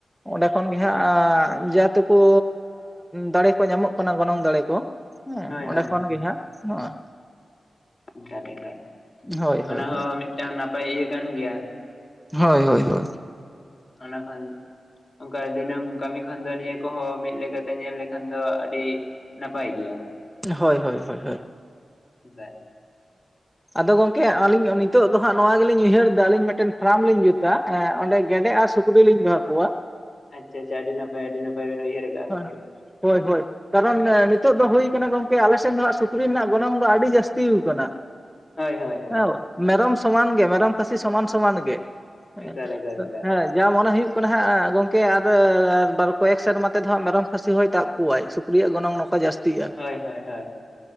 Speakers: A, in the centre; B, on the left.
A: ᱚᱸᱰᱮ ᱠᱷᱚᱱ ᱜᱮ ᱦᱟᱸᱜ ᱡᱟ ᱛᱩᱠᱩ ᱫᱟᱲᱮ ᱠᱚ ᱧᱟᱢᱚᱜ ᱠᱟᱱᱟ ᱜᱚᱱᱚᱝ ᱫᱟᱲᱮ ᱠᱚ ᱦᱮᱸ
B: ᱦᱳᱭ
A: ᱚᱸᱰᱮ
B: ᱦᱳᱭ
A: ᱠᱷᱚᱱ
B: ᱦᱳᱭ
A: ᱜᱮ ᱦᱟᱸᱜ ᱦᱚᱸ᱾
B: <unintelligible>
A: ᱦᱳᱭ ᱦᱳᱭ
B: ᱚᱱᱟ ᱦᱚᱸ
A: ᱦᱳᱭ
B: ᱢᱤᱜᱴᱟᱝ ᱱᱟᱯᱟᱭ ᱤᱭᱟᱹ ᱠᱟᱱ ᱜᱮᱭᱟ᱾
A: ᱦᱳᱭ ᱦᱳᱭ ᱦᱳᱭ
B: ᱚᱱᱟ ᱠᱟᱱ ᱜᱤ᱾ ᱚᱱᱠᱟ ᱫᱤᱱᱟᱹᱢ ᱠᱟᱢᱤ ᱠᱷᱚᱱ ᱫᱚ ᱱᱤᱭᱟᱹ ᱠᱚᱦᱚ ᱢᱤᱫ ᱞᱮᱠᱟᱛᱮ ᱧᱮᱞ ᱞᱮᱠᱷᱟᱱ ᱫᱚ ᱟᱰᱤ᱾ ᱱᱟᱯᱟᱭ ᱜᱮᱭᱟ
A: ᱦᱳᱭ ᱦᱳᱭ ᱦᱳᱭ ᱦᱳᱭ
B: ᱚᱱᱠᱟ᱾
A: ᱟᱫᱚ ᱜᱚᱝᱠᱮ ᱟᱞᱤᱧ ᱱᱤᱛᱚᱜ ᱫᱚ ᱦᱟᱸᱜ ᱱᱚᱣᱟ ᱜᱮᱞᱤᱧ ᱩᱭᱦᱟᱹᱨ ᱮᱫᱟ ᱟᱞᱤᱧ ᱢᱮᱜᱴᱮᱱ ᱯᱷᱟᱨᱟᱢ ᱞᱤᱧ ᱡᱩᱛᱟ ᱮᱸ ᱚᱸᱰᱮ ᱜᱮᱸᱰᱮ ᱟᱨ ᱥᱩᱠᱨᱤᱞᱤᱧ ᱫᱚᱦᱚ ᱠᱚᱣᱟ
B: ᱟᱪᱼᱪᱷᱟ ᱟᱪᱷᱟ ᱟᱹᱰᱤ ᱱᱟᱯᱟᱭ ᱟᱹᱰᱤ ᱱᱟᱯᱟᱭ ᱵᱮᱱ ᱩᱭᱦᱟᱹᱨ ᱠᱟᱜ-ᱟ
A: ᱦᱳᱭ
B: ᱜᱚᱝᱠᱤ᱾
A: ᱦᱳᱭ ᱦᱳᱭ ᱠᱟᱨᱚᱱ ᱱᱤᱛᱚᱜ ᱫᱚ ᱦᱩᱭ ᱠᱟᱱᱟ ᱜᱚᱝᱠᱮ ᱟᱞᱮ ᱥᱮᱱ ᱫᱚ ᱦᱟᱸᱜ ᱥᱩᱠᱨᱤ ᱨᱮᱱᱟᱜ ᱜᱚᱱᱚᱝ ᱫᱚ ᱟᱰᱤ ᱡᱟᱥᱛᱤᱣ ᱠᱟᱱᱟ᱾
B: ᱦᱳᱭ ᱦᱳᱭ ᱦᱳᱭ
A: ᱦᱮᱸ ᱢᱮᱨᱚᱢ ᱥᱚᱢᱟᱱ ᱜᱮ ᱢᱮᱨᱚᱢ ᱠᱷᱟᱹᱥᱤ ᱥᱚᱢᱟᱱ ᱥᱚᱢᱟᱱ ᱜᱮ ᱦᱮᱸ
B: ᱮᱠᱟᱞ ᱮᱠᱟᱞ ᱮᱠᱟᱞ
A: ᱦᱟᱹᱭ᱾ ᱡᱟ ᱢᱚᱱᱮ ᱦᱩᱭᱩᱜ ᱠᱟᱱᱟ ᱦᱟᱸᱜ ᱜᱚᱝᱠᱮ ᱟᱨ ᱵᱟᱨ ᱠᱚᱭᱮᱠ ᱥᱮᱨᱢᱟ ᱛᱮᱫᱚ ᱦᱟᱸᱜ ᱢᱮᱨᱚᱢ ᱠᱷᱟᱸᱥᱤ ᱦᱚᱭ ᱛᱟᱵ ᱠᱚᱣᱟᱭ ᱥᱩ ᱠᱨᱤᱭᱟᱜ ᱜᱚᱱᱚᱝ ᱱᱚᱝᱠᱟ ᱡᱟᱥᱛᱤᱜᱼᱟ᱾
B: ᱦᱳᱭ ᱦᱳᱭ ᱦᱳᱭ